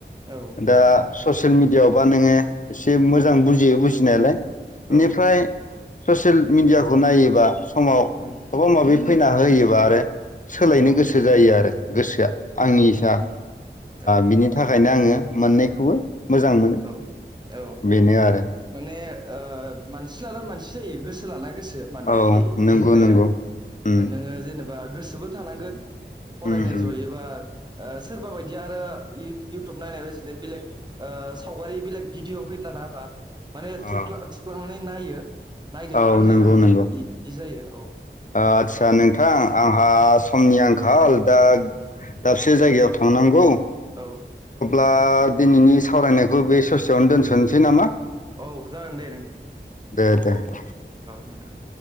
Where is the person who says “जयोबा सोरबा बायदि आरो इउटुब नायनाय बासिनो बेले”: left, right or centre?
Right